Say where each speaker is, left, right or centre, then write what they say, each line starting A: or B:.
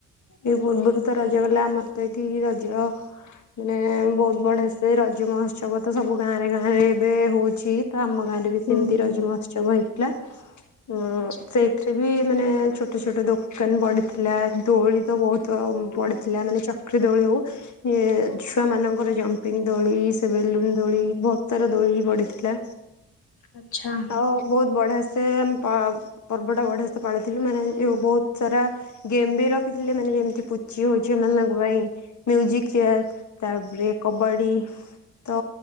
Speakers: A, on the left; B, on the left.
A: ଏଇ ପୂର୍ବରୁ ତ ରଜ ଗଲା ଆମର ତ ଏଇଠି ରଜ ମାନେ ବହୁତ ବଢିଆ ସେ ରଜ ମହୋତ୍ସବ ତ ସବୁ ଗାଁରେ ଗାଁ ରେ ଏବେ ହୋଉଚି ତ ଆମ ଗାଁରେ ସେମିତି
B: ହୁଁ ହୁଁ
A: ରଜ ମହୋତ୍ସବ ହେଇଥିଲା ଅ
B: ଆଚ୍ଛା
A: ସେ ଏଥିରେ ବି ମାନେ ଛୋଟ ଛୋଟ ଦୋକାନ ପଡ଼ିଥିଲା। ଦୋଳି ତ ବହୁତ ପଡ଼ିଥିଲା ମାନେ ଚକ୍ରି ଦୋଳି ହେଉ ଛୁଆ ମାନଙ୍କର ଜମ୍ପିଙ୍ଗ ଦୋଳି ସେ ବେଲୁନ ଦୋଳି ବହୁତ ସାରା ଦୋଳି ପଡିଥିଲା।
B: ଆଚ୍ଛା
A: ଆଉ ବହୁତ ବଢ଼ିଆ ସେ ସେ ପ ପର୍ବଟା ବଢ଼ିଆ ସେ ପାଳିଥିଲି ମାନେ ବହୁତ ସାରା ଗେମ୍ ବି ର ଦେଖଥିଲେ ମାନେ ଯେମିତି ପୁଚି ହେଉଛି ଝିଅ ମାନଙ୍କ ପାଇଁ ମ୍ୟୁଜିକ ଚେୟାର ତାପରେ କବାଡି ତ